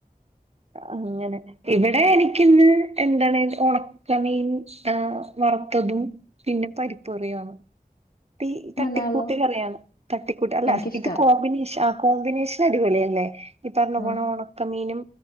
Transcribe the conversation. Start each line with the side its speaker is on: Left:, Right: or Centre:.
Right: അങ്ങനെ ഇവിടെ എനിക്കിന്ന് എന്താണ് ഒണക്കമീൻ ആഹ് വറുത്തതും പിന്നെ പരിപ്പു കറിയാന്ന് തി തട്ടിക്കൂട്ട്
Left: നല്ലതാണല്ലോ
Right: കറിയാണ് തട്ടിക്കൂട്ട് അല്ല
Left: എനിക്കിഷ്ടാ
Right: ഇത് കോമ്പിനേഷൻ ആഹ് കോമ്പിനേഷൻ അടിപൊളിയല്ലേ ഈ പറഞ്ഞ
Left: ആഹ്
Right: പോണ ഒണക്കമീനും